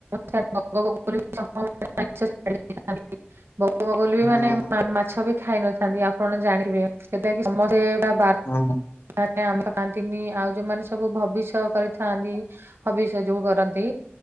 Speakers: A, on the right; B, on the left.
A: ବଗବବୁଲି ବି
B: ହଁ
A: ମାନେ ମା ମାଛ ବି ଖାଇ ନଥାନ୍ତି ଆପଣ ଜାଣିବେ। <inaudible> କି ସମସ୍ତେ ବାଥ
B: ହଁ ହଁ।
A: ସେ ଆମେ ଖାଆନ୍ତିନି ଆଉ ଯୋଉମାନେ ସବୁ ଭବିଷ୍ୟ କରିଥାନ୍ତି ହବିଷ୍ୟତ। ଯୋଉ କରନ୍ତି